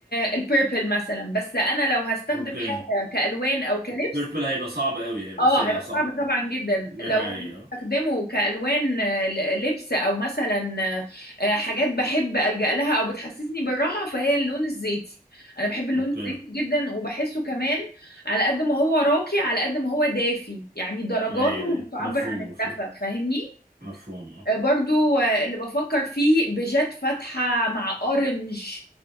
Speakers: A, on the left (about 90°); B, on the right (about 85°).
A: البيربل مثلا بس انا لو هستخدم
B: اوكي
A: حاجه كالوان او كلبس
B: بيربل هيبقى صعب قوي هيبقى
A: اه
B: ساقع
A: هيبقى
B: صعب
A: صعب طبعا جدا
B: نهاية
A: لو هستخدمه كالوان آه، ل- لبس او مثلا آه، آه، حاجات بحب الجا لها او بتحسسني بالراحه فهي اللون الزيتي انا بحب اللون
B: اوكي
A: الزيتي جدا وبحسه كمان على قد ما هو راقي على قد ما هو دافي يعني درجاته
B: ايوه ايوه
A: بتعبر
B: مفهوم
A: عن الدفى
B: مفهوم
A: فاهمني
B: مفهوم اه
A: آه، برضو آه، اللي بفكر فيه بيجات فاتحة مع اورنج